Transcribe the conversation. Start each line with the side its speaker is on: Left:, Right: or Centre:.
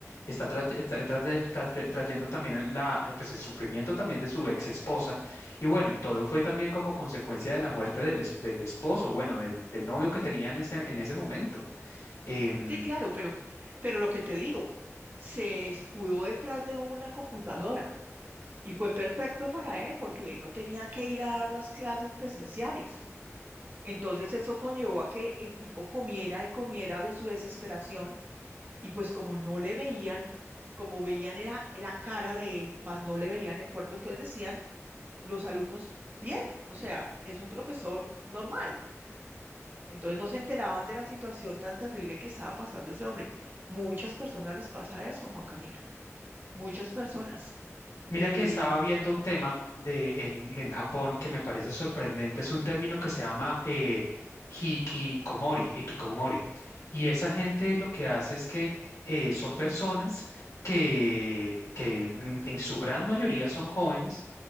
Left: está, tra- está está tra- está tra- trayendo también el, la, eh, pues el sufrimiento también de su ex esposa, y bueno, y todo fue también como consecuencia de la muerte del, es- del esposo, bueno, del, del novio que tenía en ese, en ese momento. Em,
Right: Sí, claro, pero, pero lo que te digo, se escudó detrás de una computadora y fue perfecto para él porque él no tenía que ir a dar las clases presenciales. Entonces eso conllevó a que el tipo comiera y comiera de su desesperación Y pues como no le veían, como veían era la cara de él, más no le veían el cuerpo, entonces decían los alumnos, bien, o sea, es un profesor normal. Entonces no se enteraban de la situación tan terrible que estaba pasando ese hombre. Muchas personas les pasa eso, Juan Camilo. Muchas personas.
Left: Mira
Right: Eh,
Left: que estaba viendo un tema de, en, en Japón que me parece sorprendente. Es un término que se llama eh, hikikomori, hikikomori. Y esa gente lo que hace es que eh, son personas que, que en en su gran mayoría son jóvenes